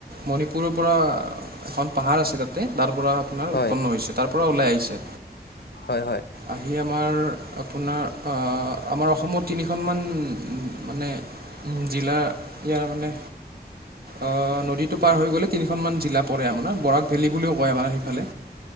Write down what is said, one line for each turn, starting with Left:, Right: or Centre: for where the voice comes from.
Right: মণিপুৰৰ পৰা এখন পাহাৰ আছে তাতে তাত পৰা আপোনাৰ
Left: হয়
Right: উৎপন্ন হৈছে তাৰ পৰা ওলাই আহিছে
Left: হয় হয়
Right: আহি আমাৰ আপোনাৰ আমাৰ অসমত তিনিখনমান মানে জিলা ইয়াৰ মানে অ নদীতটো পাৰ হৈ গ'লে তিনিখন মান জিলা পৰে আপোনাৰ বৰা ফেলি বুলিও কয় আমাৰে সেইফালে